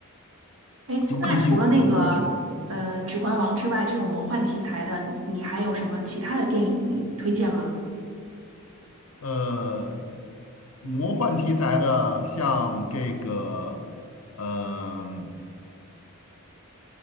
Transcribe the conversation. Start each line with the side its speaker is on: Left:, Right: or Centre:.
Right: 哎，
Left: 就更具有逻辑性。
Right: 那除了那个呃《指环王》之外，这种魔幻题材的，你还有什么其他的电影推荐吗？
Left: 呃，魔幻题材的，像这个，嗯